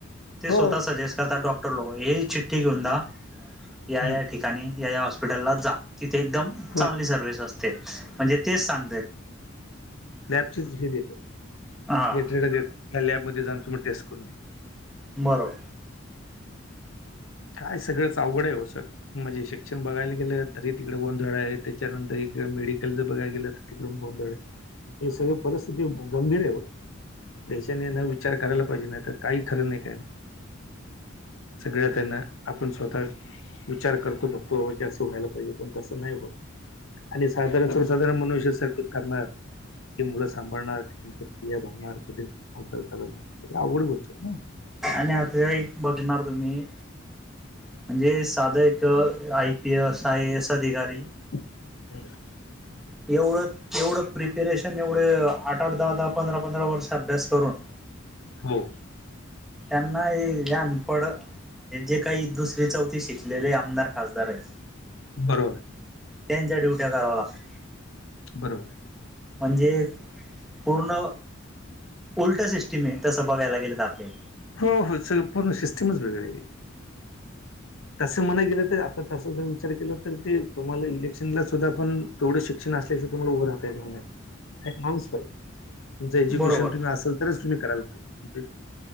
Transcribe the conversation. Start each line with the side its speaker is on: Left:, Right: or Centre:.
Centre: ते
Left: हो,
Centre: स्वतः सजेस्ट करता डॉक्टर लोकं हे चिठ्ठी घेऊन जा या
Left: हं.
Centre: या ठीक. ठिकाणी या या हॉस्पिटलला जा तिथे एकदम
Left: हो.
Centre: चांगली सर्व्हिस असते म्हणजे तेच सांगतेत.
Left: लॅबचे हे देते <unintelligible>
Centre: हा
Left: देत त्या लॅबमध्ये जा अन तुम्ही टेस्ट करून घ्या.
Centre: बरोबर.
Left: काय सगळंच अवघड आहे हो सर. म्हणजे शिक्षण बघायला गेलं तरी तिकडे गोंधळ आहे त्याच्यानंतर इकडे मेडिकलच बघायला गेलं तिकडून गोंधळ हे सगळी परिस्थिती गंभीर आहे हो. देशाने न विचार करायला पाहिजे नाही तर काही खरं नाही काय सगळ्यात. त्यांना आपण स्वतः विचार करतो फक्तो बाबा की असं व्हायला पाहिजे पण तसं नाही होत. आणि साधारण सर्वसाधारण मनुष्य स <inaudible> करणार. कि मुलं सांभाळणार त्यां <inaudible> प्र्रिया बघणार क आवघड गोष्ट आहेत ना.
Centre: आणि आता एक बघणार तुम्ही. म्हणजे साधं एक I P S I S अधिकारी
Left: <unintelligible>
Centre: एवढ, एवढ प्रिपेरेशन एवढे आठ, आठ, दहा, दहा, पंधरा, पंधरा वर्ष अभ्यास करून.
Left: हो.
Centre: त्यांना हे जे अनपड हे जे काही दुसरी, चौथी शिकलेले आमदार, खासदार आहे.
Left: बरोबर आहे.
Centre: त्यांच्या डुट्या कराव लागत.
Left: बरोबर आहे.
Centre: म्हणजे पूर्ण उल्ट सिस्टीम आहे तसं बघायला गेल तर आपले
Left: हो हो सगळ पूर्ण सिस्टमच वेगळ आहे. तसं म्हणा गेल तर आता तस जर विचार केला तर ते तुम्हाला इलेक्शनला सुद्धा पण तेवढ शिक्षण असल्याशिय तुम्हाला उभं राहता येणार नाही <inaudible> पाहि. तुमचं एज्युकेशन
Centre: बरोबर
Left: तुम्ही असाल तरच तुम्ही करायला पाहिजेे,